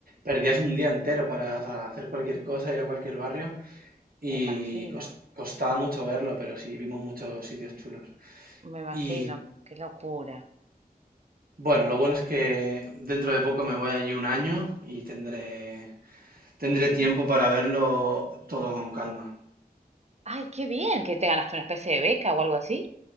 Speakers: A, on the right; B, on the right.
A: perdías un día entero para ha- hacer cualquier cosa, ir a cualquier barrio
B: Me
A: y
B: imagino,
A: cos- costaba mucho verlo, pero sí, vimos muchos sitios chulos.
B: me imagino.
A: Y
B: Qué locura.
A: bueno, lo bueno es que dentro de poco me voy allí un año y tendré, tendré tiempo para verlo todo con calma.
B: Ay, qué bien que te ganaste una especie de beca o algo así.